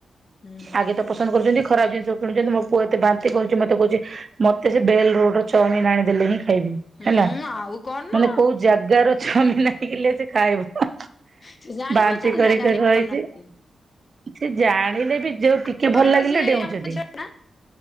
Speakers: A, on the left; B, on the right.
A: ହୁଁ
B: ଆଗେ ତ ପସନ୍ଦ କରୁଚନ୍ତି। ଖରାପ ଜିନିଷ କିଣୁଛନ୍ତି ମୋ ପୁଅ ଏତେ ବାନ୍ତି କରୁଛି। ମତେ କହୁଛି ମତେ ସେ ବେଲ ରୋଡ ର ଚମିନି ଆଣି ଦେଲେନି। ଖାଇବି
A: ହୁଁ
B: ହେଲା
A: ଆଉ କଣ ନା
B: ମାନେ କୋଉ ଜାଗାର ଚାଉମିନ୍ ଆଣିଲେ ସେ ଖାଇବ?
A: ସେ ଜାଣି
B: ବାନ୍ତି
A: ପାରୁଛନ୍ତି
B: କରି
A: ନା ଜାଣି
B: କରି ରହିଛି।
A: ପାରୁନାହାନ୍ତି
B: ସେ ଜାଣିଲେ ବି ଯୋଉ ଟିକେ
A: ଆମର
B: ଭଲ
A: ବା
B: ଲାଗିଲେ
A: ସେ
B: ଡେଉଛନ୍ତି।
A: ଆମ ଝିଅ ଟା